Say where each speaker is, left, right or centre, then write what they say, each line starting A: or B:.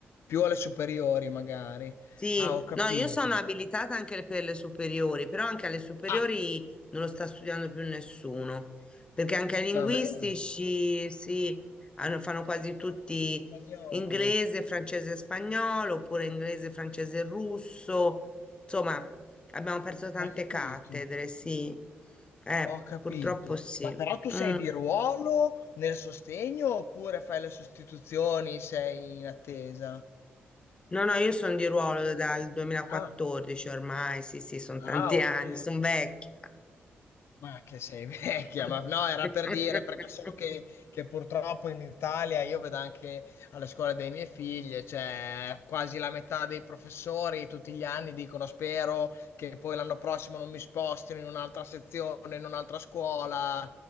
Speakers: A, on the left (about 75°); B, on the left (about 25°).
A: Più alle superiori magari.
B: Sì,
A: Ah, ho capito.
B: no, io sono abilitata anche per le superiori, però anche alle superiori
A: Ah,
B: non lo sta studiando più nessuno, perché anche ai linguistici
A: davvero? Sacco
B: sì, hanno- fanno quasi
A: Sono
B: tutti
A: cucino spagnolo.
B: inglese, francese e spagnolo, oppure inglese, francese e russo. Insomma, abbiamo perso tante
A: Ho capito,
B: cattedre, sì. Eh,
A: ho capito.
B: purtroppo sì.
A: Ma però tu sei
B: Mm.
A: di ruolo nel sostegno oppure fai le sostituzioni, sei in attesa?
B: No, no, io sono di ruolo dal 2014
A: Ah,
B: ormai, sì, sì, sono tanti
A: ah, ok.
B: anni, sono vecchia.
A: Ma che sei <laughs> vecchia,
B: <laughs>
A: ma no, era per dire, perché so che, che purtroppo in Italia, io vedo anche alle scuole dei miei figli, cioè quasi la metà dei professori tutti gli anni dicono spero che poi l'anno prossimo non mi spostino in un'altra sezione, in un'altra scuola,